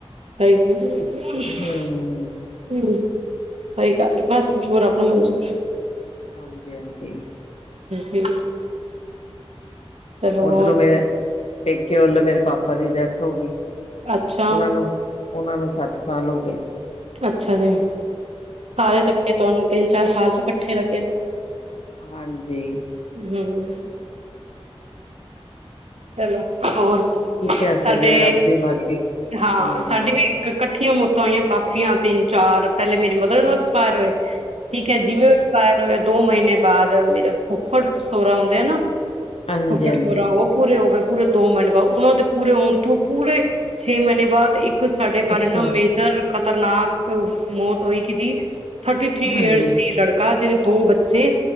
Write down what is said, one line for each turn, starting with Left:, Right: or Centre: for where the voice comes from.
Right: ਸਹੀ <unintelligible> ਹਮ।
Left: ਹੂੰ।
Right: ਸਈ ਗਲ ਆ ਬਸ ਜੋ ਰੱਬ ਨੂੰ ਮਨਜੂਰ।
Left: ਹਾਂਜੀ-ਹਾਂਜੀ।
Right: ਜੀ ਚਲੋ ਹੋਰ
Left: ਓਧਰੋਂ ਮੇਰੇ ਪੇਕੇਆ ਵੱਲੋਂ ਮੇਰੇ ਪਾਪਾ ਦੀ ਡੈਥ ਹੋ ਗਈ,
Right: ਅੱਛਾ,
Left: ਓਹਨਾਂ ਨੂੰ ਓਹਨਾਂ ਨੂੰ ਸੱਤ ਸਾਲ ਹੋ ਗਏ।
Right: ਅੱਛਾ ਜੀ, ਸਾਰੇ ਧੱਕੇ ਤੁਹਾਨੂੰ ਤਿੰਨ-ਚਾਰ ਸਾਲ ਚ' ਇਕੱਠੇ ਲੱਗੇ।
Left: ਹਾਂਜੀ।
Right: ਹਮ। ਚਲੋ ਹੋਰ,
Left: ਕੀ ਕਹਿ
Right: ਸਾਡੇ
Left: ਸਕਦੇ ਆ ਰੱਬ ਦੀ ਮਰਜ਼ੀ। ਹੂੰ,
Right: ਹਾਂ, ਸਾਡੀ ਵੀ ਫੇਰ ਕੱਠੀਆਂ ਮੌਤਾਂ ਹੋਈਆਂ ਕਾਫੀ ਆ, ਤਿੰਨ-ਚਾਰ ਪੇਲੇ ਮੇਰੇ ਮਦਰ ਇਨ ਲਾ ਐਕਸਪਾਏਰ ਹੋਏ। ਠੀਕ ਆ ਜੀ, ਜਿਵੇਂ ਓ ਐਕਸਪਾਇਰ ਹੋਏ ਦੋ ਮਹੀਨੇ ਬਾਅਦ ਮੇਰਾ ਫੁੱਫੜ ਸੋਰਾ ਹੁੰਦੇ ਹਨਾ,
Left: ਹਾਂਜੀ-ਹਾਂਜੀ,
Right: ਫੁੱਫੜ ਸੋਰਾ ਓ, ਪੂਰੇ ਹੋ ਗਏ, ਪੂਰੇ ਦੋ ਮਹੀਨੇ ਬਾਅਦ, ਉਹਨਾਂ ਦੇ ਪੂਰੇ ਹੋਣ ਤੋਂ ਪੂਰੇ ਛੇ ਮਹੀਨੇ ਬਾਅਦ ਇੱਕ ਕੇ ਸਾਡੇ
Left: ਅੱਛਾ।
Right: ਘਰ ਏਨਾ ਮੇਜਰ ਖ਼ਤਰਨਾਕ ਮੌਤ ਹੋਈ ਕਿਦੀ ਥਰਟੀ ਥ੍ਰਰੀ
Left: ਹਾਂਜੀ-ਹਾਂਜੀ,
Right: ਈਅਰਸ ਸੀ ਲੜਕਾ, ਜਿਦੇ ਦੋ ਬੱਚੇ